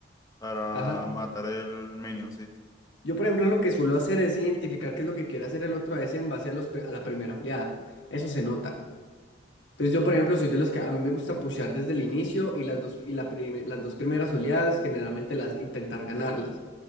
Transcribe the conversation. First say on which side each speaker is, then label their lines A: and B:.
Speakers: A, on the left (about 20°); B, on the left (about 75°).
A: para
B: ajá.
A: matar el minion, sí.
B: Yo, por ejemplo, lo que suelo hacer es identificar qué es lo que quiere hacer el otro a veces en base a, los, pe- a la primera oleada. Eso se nota. Entonces, yo, por ejemplo, soy de los que a mí me gusta pushear desde el inicio y las dos, y la prime- las dos primeras oleadas, generalmente las intentar ganarlas.